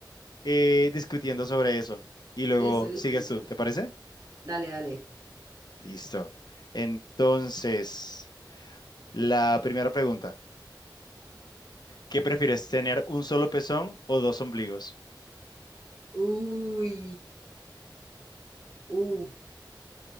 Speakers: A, on the left; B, on the right.
A: eh, discutiendo sobre eso. Y luego
B: listo, listo,
A: sigues
B: listo.
A: tú, ¿te parece?
B: Dale, dale.
A: Listo. Entonces, la primera pregunta. ¿Qué prefieres, tener un solo pezón o dos ombligos?
B: Uy, uf.